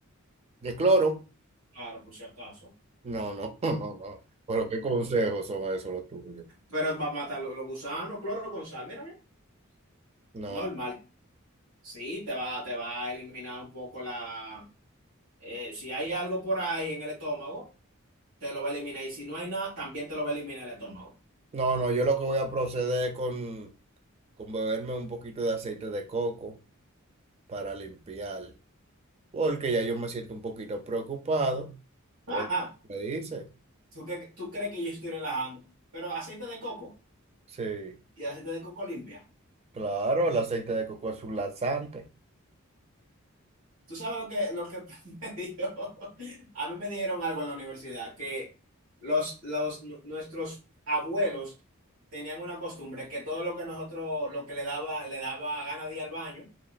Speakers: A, on the right; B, on the right.
A: ¿De cloro?
B: claro, por si acaso,
A: No, no, <laughs> no, no. Pero qué consejos son esos los tuyos.
B: pero va a matar los, los gusanos, cloro con sal, mira, mira,
A: No,
B: normal,
A: no,
B: sí, te va, te va a eliminar un poco la Eh, si hay algo por ahí en el estómago, te lo va a eliminar. Y si no hay nada, también te lo va a eliminar el estómago.
A: no, no, yo lo que voy a proceder es con, con beberme un poquito de aceite de coco para limpiar, porque ya yo me siento un poquito preocupado
B: <laughs>
A: por lo
B: Ajá.
A: que me dice.
B: ¿Tú, cre- tú crees que yo estoy relajando? Pero aceite de coco
A: Sí,
B: y aceite de coco limpia.
A: claro, el aceite de coco es un laxante.
B: ¿Tú sabes lo que, lo que <laughs> me dijo? A mí me dijeron algo en la universidad, que los, los, nu- nuestros abuelos tenían una costumbre que todo lo que nosotros, lo que le daba, le daba gana de ir al baño.